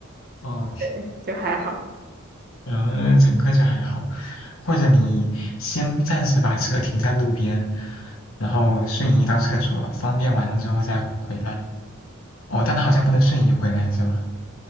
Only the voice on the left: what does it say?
哦，
然呃，乘客就还好。或者你先暂时把车停在路边，然后瞬移到厕所，方便完了之后再回来。哦，但它好像不能瞬移回来是吧？